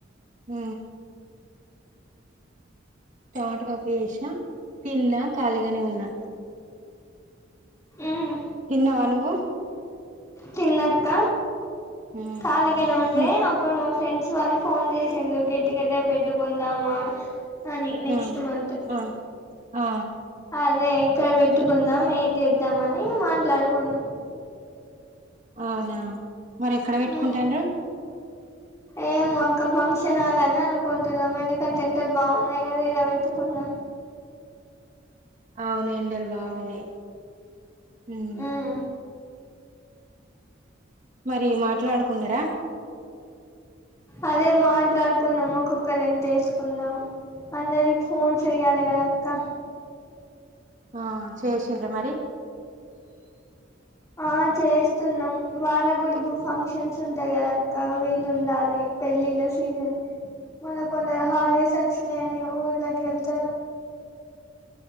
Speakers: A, on the right; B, on the left.
A: హ టమాట పప్పు చేసిన తిన్న ఖాళీగానే ఉన్నా
B: మ్మ్
A: తిన్నావా నువ్వు
B: తిన్నక్క
A: ఉమ్
B: ఖాళీగానే ఉండే
A: ఇంక
B: అప్పుడు మా ఫ్రెండ్స్ వాళ్లు ఫోన్ చేసిండ గెట్ టుగెదర్ పెట్టుకుందామా అని నెక్స్ట్
A: ఆ
B: మంత్
A: ఆ ఆ
B: అదే ఇక్కడ పెట్టుకుందాం ఏం చేద్దాం అని మాట్లాడుకున్నాం
A: అవునా మరి ఎక్కడ పెట్టుకుంటానురు
B: మ్మ్ ఏమో అక్క ఫంక్షనాలని అనుకుంటున్నాము ఎందుకంటే టెండర్ బాగున్నాయి కదా ఏదో పెట్టుకున్నా
A: అవును ఎండలు బాగున్నాయి హ
B: ఉమ్
A: మరి మాట్లాడుకున్నారా
B: అదే మాట్లాడుకున్నాము ఒక్కొక్కరు ఎంత వేసుకుందాం అందరికి ఫోన్ చెయ్యాలి కదా అక్క
A: ఆ చేసిండ్రా మరి
B: ఆ చేస్తున్నాం వాళ్ళకు కూడా ఇప్పుడు ఫంక్షన్స్ ఉంటాయి కదా అక్క వీళ్ళు ఉండాలి పెల్లిల్లా సీజన్ మళ్ళా కొందరు హాలిడేస్ వచ్చినాయని ఊర్ళకి వెళ్తారు